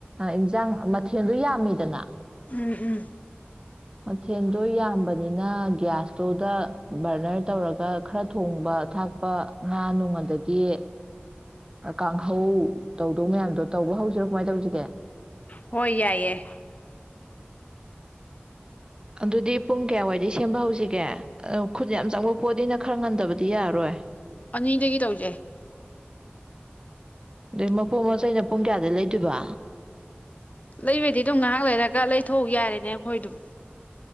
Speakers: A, on the right; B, on the left.
A: ꯏꯟꯖꯥꯡ ꯃꯊꯦꯜꯗꯣ ꯌꯥꯝꯃꯤꯗꯅ
B: ꯎꯝ ꯎꯝ
A: ꯃꯊꯦꯜꯗꯣ ꯌꯥꯝꯕꯅꯤꯅ ꯒ꯭ꯌꯥꯁ ꯏꯁꯇꯣꯞꯗ ꯕꯔꯅꯔ ꯇꯧꯔꯒ ꯈꯔ ꯊꯣꯡꯕ ꯊꯥꯛꯄ ꯉꯥ ꯅꯨꯡ ꯑꯗꯒꯤ ꯀꯥꯡꯍꯧ ꯇꯧꯗꯧ ꯃꯌꯥꯝꯗꯣ ꯇꯧꯕ ꯍꯧꯁꯤꯔꯣ ꯀꯃꯥꯏꯅ ꯇꯧꯁꯤꯒꯦ
B: ꯍꯣꯏ ꯌꯥꯏ ꯌꯥꯏ
A: ꯑꯗꯨꯗꯤ ꯄꯨꯡ ꯀꯌꯥꯋꯥꯏꯗ ꯁꯦꯝꯕ ꯍꯧꯁꯤꯒꯦ ꯈꯨꯠ ꯌꯥꯝ ꯆꯪꯕ ꯄꯣꯠꯗꯤꯅ ꯈꯔ ꯉꯟꯗꯕꯗꯤ ꯌꯥꯔꯔꯣꯏ
B: ꯑꯅꯤꯗꯒꯤ ꯇꯧꯖꯩ
A: ꯑꯩ ꯃꯣ ꯑꯁ ꯑꯩꯅ ꯄꯨꯡ ꯀꯌꯥꯗꯩ ꯂꯩꯇꯣꯏꯕ
B: ꯂꯩꯕꯩꯗꯤ ꯑꯗꯨꯝ ꯉꯥꯏꯍꯥꯛ ꯂꯩꯔꯒ ꯂꯩꯊꯣꯛꯎ ꯌꯥꯔꯦꯅꯦ ꯑꯩꯈꯣꯏ ꯑꯗꯨꯝ